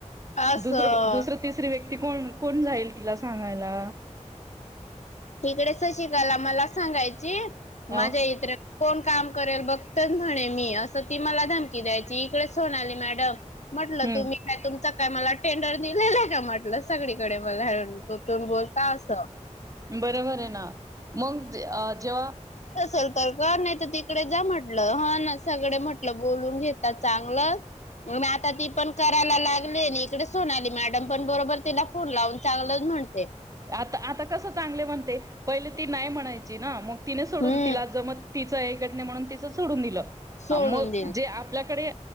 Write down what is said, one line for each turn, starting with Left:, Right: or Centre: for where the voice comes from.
Left: असस.
Right: दुसरं दुसरं तिसरी व्यक्ती कोण कोण जाईल तिला सांगायला.
Left: तिकडे शशिकला मला सांगायची माझ्या
Right: अ
Left: इत्रां कोण काम करेल बघतच म्हणे मी असं ती मला धमकी द्यायची इकडे सोनाली मॅडम म्हटलं
Right: हम्म
Left: तुम्ही काय तुमच काय मला टेंडर दिलेला आहे का म्हटलं सगळीकडे मला टोचुन बोलता अस
Right: बरोबर आहे ना मग जेव्हा
Left: असल तर का नाही तर तिकडे जा म्हटलं हा ना सगळे म्हटलं बोलून घेतात चांगलं मग आता ती पण करायला लागली ना इकडे सोनाली मॅडम पण बरोबर तिला फोन लावून चांगलंच म्हणते.
Right: आता आता कसं चांगले म्हणते पहिले ती नाही म्हणायची ना मग तिने सोडून
Left: हम्म
Right: तिला जमत ती म्हणून सोडून दिल
Left: सोडून
Right: मग
Left: दिलं
Right: जे आपल्याकडे